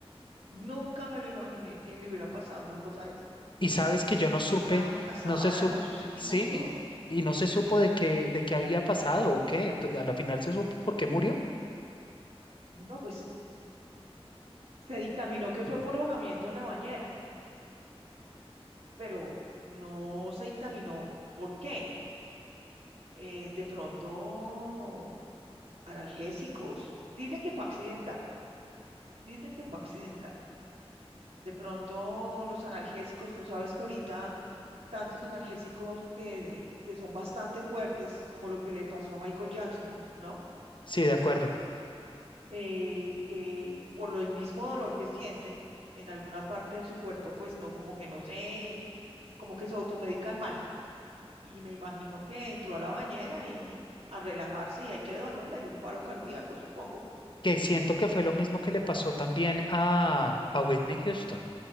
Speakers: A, on the right; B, on the left.
A: Nunca me lo imaginé que le hubiera pasado una cosa de esa.
B: Y sabes que yo no supe,
A: Ella estaba casada
B: no se supo,
A: con sus hijos,
B: sí,
A: todo.
B: y no se supo de qué, de qué había pasado o qué. t- A la final se supo por qué murió.
A: No, pues Se dictaminó que fue por ahogamiento en la bañera, pero no se dictaminó por qué. Eh, de pronto, analgésicos. Dicen que fue accidental, dicen que fue accidental. De pronto, los analgésicos, tú sabes que ahorita tantos analgésicos que, que son bastante fuertes, como lo que le pasó a Michael Jackson, ¿no?
B: Sí, de acuerdo.
A: Eh, que por lo el mismo dolor que sienten en alguna parte de su cuerpo, pues no, como que no sé, como que se automedican mal. y me imagino que entró a la bañera y a relajarse y ahí quedó, ¿no? Le dio un paro cardíaco, supongo.
B: Que siento que fue lo mismo que le pasó también a, a Whitney Houston.